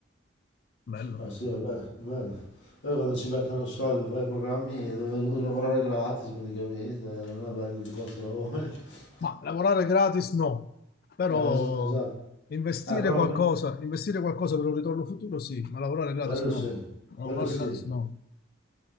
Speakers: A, on the left; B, on the left.
A: bello.
B: Ah, sì, va bene, va bene. Poi quando si beccano soldi per fare i programmi, devono lavorare gratis praticamente, eh, non è bello di questo lavoro. <laughs>
A: Ma lavorare gratis no, però
B: Eh, esatto, esatto.
A: investire
B: Eh, però
A: qualcosa,
B: m-
A: investire qualcosa per un ritorno futuro sì, ma lavorare gratis
B: quello
A: no.
B: sì,
A: Lavorare
B: quello sì.
A: gratis no.